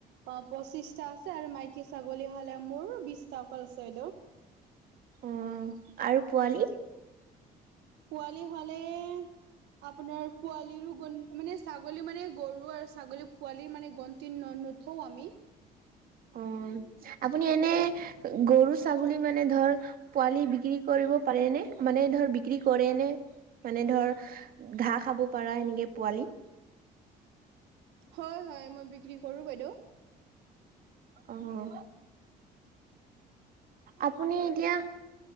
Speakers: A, on the right; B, on the right.
A: অ পঁচিশটা আছে আৰু মাইকী ছাগলী হ'লে মোৰ বিশটা অকল আছে বাইদেউ।
B: অ আৰু পোৱালি?
A: পোৱালি হ'লে আপোনাৰ পোৱালীৰো গণ মানে ছাগলী মানে, গৰু আৰু ছাগলীৰ পোৱালীৰ মানে গণতি ন নুত থও আমি
B: উম আপুনি এনে গৰু-ছাগলী মানে ধৰ পোৱালি বিক্ৰী কৰিব পাৰে নে? মানে ধৰ বিক্ৰী কৰে নে? ঘাঁহ খাব পৰা সেনেকে পোৱালি?
A: হয়, হয়। মই বিক্ৰী কৰোঁ বাইদেউ।
B: অহ। আপুনি এতিয়া